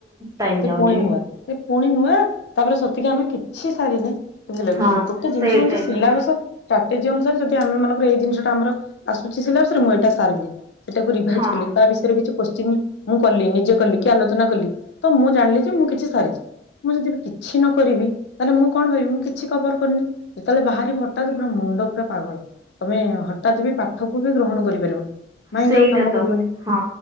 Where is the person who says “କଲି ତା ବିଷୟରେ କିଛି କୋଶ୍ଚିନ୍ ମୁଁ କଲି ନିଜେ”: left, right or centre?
Left